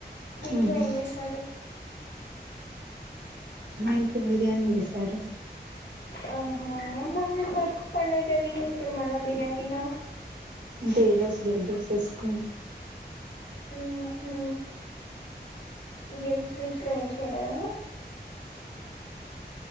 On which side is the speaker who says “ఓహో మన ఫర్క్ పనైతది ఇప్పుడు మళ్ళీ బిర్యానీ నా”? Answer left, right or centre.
Left